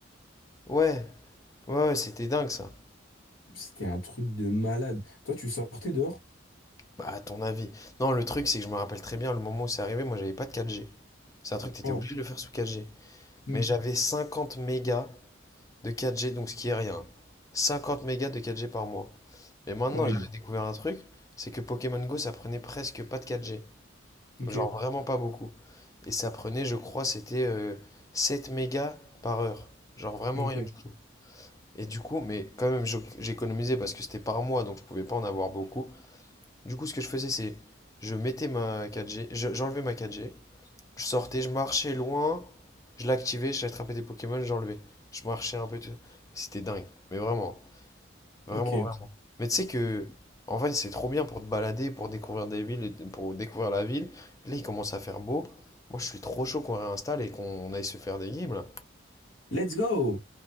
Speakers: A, on the left (about 15°); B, on the left (about 80°).
A: Ouais. Ouais, ouais, c'était dingue, ça.
B: c'était un truc de malade. Toi, tu sortais dehors?
A: Bah, à ton avis. Non, le truc, c'est que je me rappelle très bien le moment où c'est arrivé, moi, j'avais pas de 4G. C'est un truc t'étais
B: Oh,
A: obligé de le faire sous 4G.
B: hmm,
A: Mais j'avais 50 mégas de 4G, donc ce qui est rien. 50 mégas de 4G par mois. Mais maintenant,
B: horrible.
A: j'avais découvert un truc, c'est que Pokémon Go, ça prenait presque pas de 4G.
B: Ok,
A: Genre vraiment pas beaucoup. Et ça prenait, je crois, c'était euh, 7 mégas par heure. Genre vraiment
B: ok,
A: rien du tout. Et du coup, mais quand même, je- j'économisais parce que c'était par mois, donc je pouvais pas en avoir beaucoup. Du coup, ce que je faisais, c'est je mettais ma 4G, je- j'enlevais ma 4G, je sortais, je marchais loin, je l'activais, j'attrapais des Pokémon, j'enlevais. Je marchais un peu, tout ça. C'était dingue, mais vraiment, vraiment,
B: ok.
A: vraiment. Mais tu sais que, en vrai, c'est trop bien pour te balader, pour découvrir des villes, et pour découvrir la ville. Et là, il commence à faire beau. Moi, je suis trop chaud qu'on réinstalle et qu'on aille se faire des games, là.
B: Let's go!